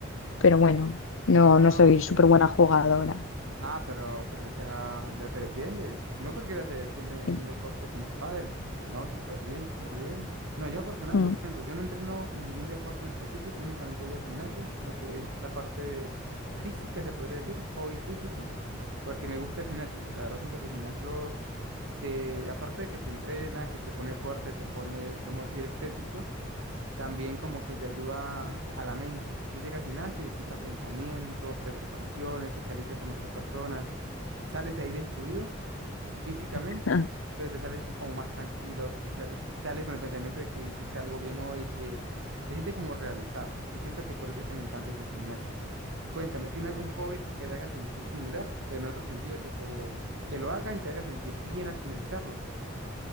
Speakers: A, on the left; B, on the right.
A: pero bueno, no,
B: Ah,
A: no soy
B: ok.
A: súper buena jugadora.
B: Ah, pero, pero ya, ya te defiendes. No cualquiera se defiende en
A: Sí.
B: un deporte como el pádel. No, súper bien, súper bien. No, yo en personal,
A: Mm.
B: por ejemplo, yo no entreno ningún deporte en específico, únicamente voy al gimnasio, lo que es la parte física, se podría decir, hobby físico, porque me gusta el gimnasio. sí, La verdad siento que el gimnasio te, aparte de que te entrena, que te pone fuerte, te pone, vamos a decir, estético, también como que te ayuda a la mente. Tú llegas al gimnasio, disipas pensamientos, preocupaciones, socializas con otras personas, sales de ahí destruido físicamente,
A: <laughs>
B: pero te sales como más tranquilo, te sales, sales con el pensamiento de que hiciste algo bien hoy y que te sientes como realizado. Y siento que por eso es que me encanta ir al gimnasio. Cuéntame, ¿tiene algún hobby que te haga sentir similar, pero en otro sentido, tipo que lo hagas y te haga sentir bien al finalizarlo?